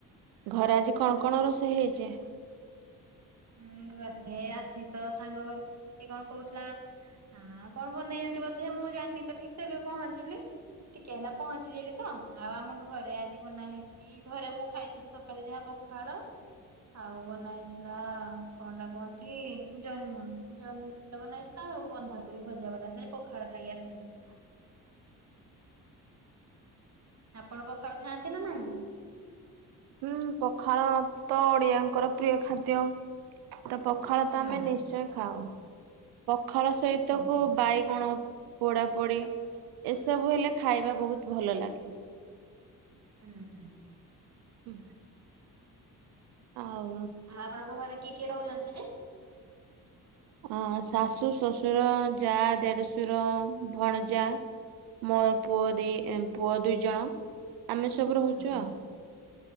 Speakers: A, on the right (about 85°); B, on the right (about 45°).
A: ଘରେ ଆଜି କଣ କଣ ରୋଷେଇ ହେଇଚି?
B: ହୁଁ ଘରେ <inaudible> ଆସିଛି ତ ସାଙ୍ଗ ଘରକୁ କିଏ କଣ କହୁଥିଲା? ହଁ କଣ ବନେଇନ୍ତି ବୋଧେ ମୁଁ ଜାଣିନି ତ ଠିକ୍ ସେ ଏବେ ପହଞ୍ଚିଲି। ଟିକେ ହେଲା ପହଞ୍ଚିଯିଵିତ। ଆଉ ଆମ ଘରେ ଆଜି ବନା ହେଇଛି ଦ୍ୱି ପହରେ ମୁଁ ଖାଇଥିଲି ସକାଳେ ଯାହା ପଖାଳ ଆଉ ବନା ହେଥିଲା। ଲା କଣ ଟା କହନ୍ତି? ଜହ୍ନିମ ଜହ୍ନି ବନାହେଇଥିଲା ଆଉ ବନ୍ଧାକୋବି ବି ଭଜା ବନାହେଇଥିଲା। ପଖାଳ ଖାଇକି ଆସିଥିଲି। ଆପଣ ପଖାଳ ଖାଆନ୍ତି ନା ନାହିଁ?
A: ହୁଁ ପଖାଳ ତ ଓଡ଼ିଆଙ୍କର ପ୍ରିୟ ଖାଦ୍ୟ। ତ ପଖାଳ ତ
B: ହୁଁ
A: ଆମେ ନିଶ୍ଚୟ ଖାଉ। ପଖାଳ ସହିତ
B: ହୁଁ
A: କୁ
B: ହୁଁ
A: ବାଇଗଣ ପୋଡ଼ା ପୋଡ଼ି ଏସବୁ ହେଲେ ଖାଇବା ବହୁତ ଭଲ ଲାଗେ।
B: ହୁଁ ହୁଁ।
A: ହୁଁ। ଆଉ
B: ଆଉ ଆପଣଙ୍କ ଘରେ କିଏ କିଏ ରହୁଛନ୍ତି ଯେ?
A: ଅ ଶାଶୁ, ଶ୍ୱଶୁର, ଯା, ଦେଢ଼ଶୁର, ଭଣଜା। ମୋର ପୁଅ ଦି ଇଂଏ ପୁଅ ଦୁଇ ଜଣ ଆମେ ସବୁ ରହୁଛୁ
B: ଓହୋ
A: ଆଉ।